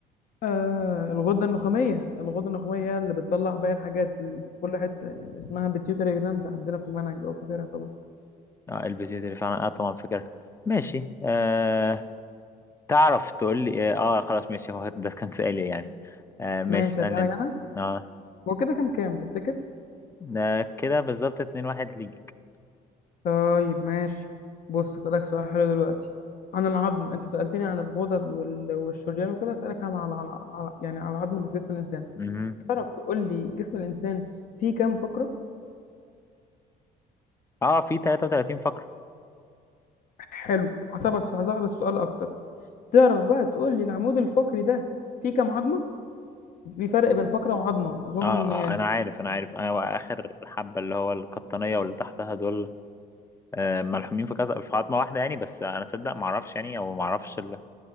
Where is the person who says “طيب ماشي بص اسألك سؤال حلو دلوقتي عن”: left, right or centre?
Left